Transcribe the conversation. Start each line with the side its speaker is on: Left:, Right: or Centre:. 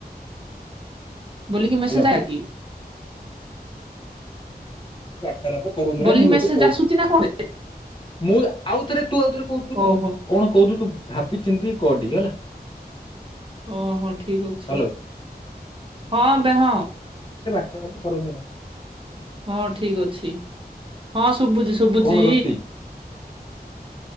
Right: ବୋଲି କି ମେସେଜ
Left: ହ୍ୟାଲୋ
Right: ଆଇଲା କି?
Left: ବାର୍ତ୍ତାଳାପ କରୁନ୍ତୁନାହିଁ,
Right: ବୋଲି
Left: ମୁଁ ତତେ
Right: ମେସେଜ
Left: କହୁଛି?
Right: ଆସୁଛି ନା କଣ
Left: ମୁଁ ଆଉଥରେ, ତୁ ଆଉଥରେ କହୁଛୁ,
Right: ଓହୋ
Left: କଣ କହୁଛୁ ତୁ ଭାବିଚିନ୍ତି କ ଟିକେ ହେଲା,
Right: ଓହୋ, ଠିକ ଅଛି,
Left: ହ୍ୟାଲୋ
Right: ହଁ ଦେହ
Left: ମରା <unintelligible>
Right: ହଁ ଠିକ ଅଛି, ହଁ ଶୁଭୁଛି, ଶୁଭୁଛି,
Left: କଣ ରୋଷେଇ